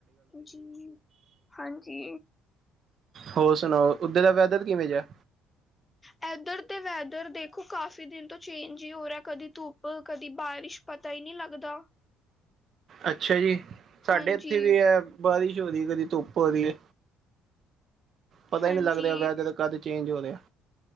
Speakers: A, on the left; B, on the right.
A: ਜੀ, ਹਾਂਜੀ।
B: ਹੋਰ ਸੁਣਾਓ, ਉੱਧੇ ਦਾ ਵੈਧਰ ਕਿਵੇਂ ਜਾ?
A: ਐਧਰ ਤੇ ਵੈਦਰ ਦੇਖੋ ਕਾਫ਼ੀ ਦਿਨ ਤੋਂ ਚੇਂਜ ਈ ਹੋ ਰਾ, ਕਦੀ ਧੁੱਪ, ਕਦੀ ਬਾਰਿਸ਼। ਪਤਾ ਈ ਨਈਂ ਲੱਗਦਾ।
B: ਅੱਛਾ ਜੀ, ਸਾਡੇ
A: ਹਾਂਜੀ
B: ਇੱਥੇ ਵੀ ਐ, ਬਾਰਿਸ਼ ਹੋ ਰਈ ਕਦੀ ਧੁੱਪ ਹੋਰੀ ਐ, ਪਤਾ
A: ਹਾਂਜੀ
B: ਈ ਨੀਂ ਲੱਗਦਾ ਵੈਧਰ ਕਦ ਚੇਂਜ ਹੋ ਰੇਆ।